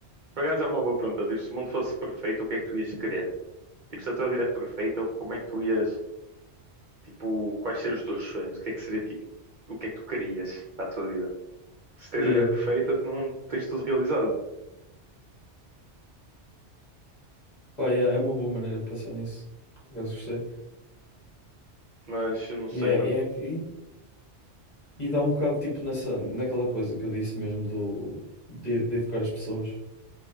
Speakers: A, on the right; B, on the left.
A: Por acaso é uma boa pergunta. Tipo, se o mundo fosse perfeito, o que é que tu ias querer? Tipo, se a tua vida é perfeita, como é que tu ias Tipo, quais seriam os teus sonhos? O que é que seria tipo, o que é que tu querias para a tua vida? Se tens
B: Yeah.
A: a vida perfeita, não tens tudo realizado.
B: Pá, yeah, é uma boa maneira de pensar nisso, por acaso gostei.
A: Mas eu não sei,
B: E é,
A: mano.
B: e é que- e dá um bocado, tipo, nessa, naquela coisa que eu disse mesmo do, de, de educar as pessoas,